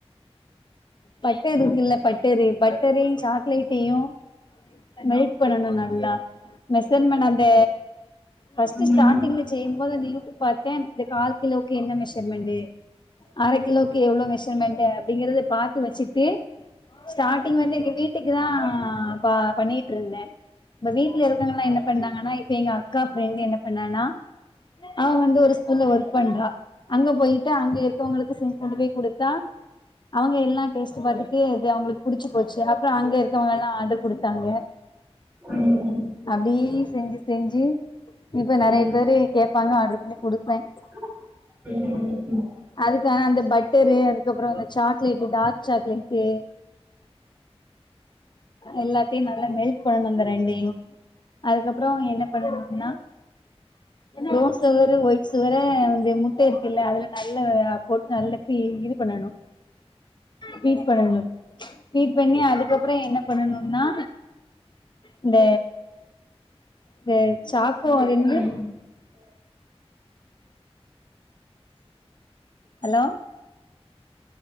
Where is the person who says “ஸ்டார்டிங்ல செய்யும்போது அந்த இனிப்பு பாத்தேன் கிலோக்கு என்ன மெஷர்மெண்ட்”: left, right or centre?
Left